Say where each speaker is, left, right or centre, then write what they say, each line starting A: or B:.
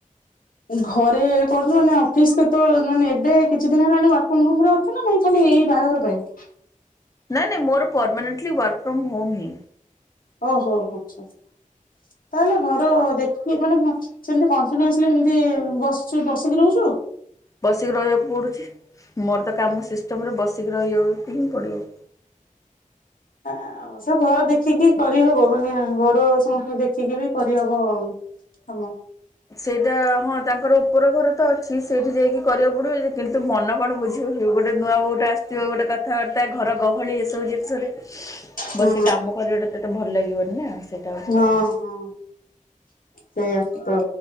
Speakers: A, on the left (about 85°); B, on the left (about 25°).
A: ଘରେ କରଥୁଲୁ ମାନେ ଅଫିସ କେତ ମାନେ ଏବେ କିଛି ଦିନ ହେଲାଣି ୱାର୍କଫ୍ରମ ହୋମ ର ଛ ନା ନାଇଁ ଖାଲି ଏଇ ବାହାଘର ପାଇଁ?
B: ନାଇଁ ନାଇଁ ମୋର ପରର୍ମାନେଣ୍ଟଲି ୱାର୍କ ଫ୍ରମ୍ ହୋମ୍ ହିଁ।
A: ଓହୋ ହୋ ହୋ ତାହେଲେ ଘର ଦେଖିକି ମାନେ ମୋ ସେମତି କଣ୍ଟିନ୍ୟୁସଲି ସେମତି ବସଚୁ ବସିକି ରହୁଚୁ?
B: ବସିକି ରହିବାକୁ ପଡ଼ୁଚି ମୋର ତ କାମ ସିଷ୍ଟମରେ ବସିକି ରହିବାକୁ ହିଁ ପଡ଼ିବ।
A: ଆ ଅବଶ୍ୟ ଘର ଦେଖିକି କରିହବ ମାନେ ଘର ସମସ୍ତଙ୍କୁ ଦେଖିକି ବି କରିହବ ଆଉ। ହବ।
B: ସେଇଟା ହଁ ତାଙ୍କର ଉପର ଘର ତ ଅଛି ସେଇଠି ଯାଇକି କରିବାକୁ ପଡ଼ିବ ଯେ କିନ୍ତୁ ମନ କଣ ବୁଝିବ କି ଗୋଟେ ନୂଆ ବୋଉଟେ ଆସିଥିବ ଗୋଟେ କଥାବାର୍ତ୍ତା ଘର ଗ ହଳି ଏସବୁ ଜିନିଷରେ
A: ହୁଁ
B: ବସିି କାମ କରିବାଟା ତତେ ଭଲ ଲାଗିବନି ନାଁ ସେଇଟା ହଉଚି
A: ହଁ
B: କଥା।
A: ହଁ ସେଇଆ ତ।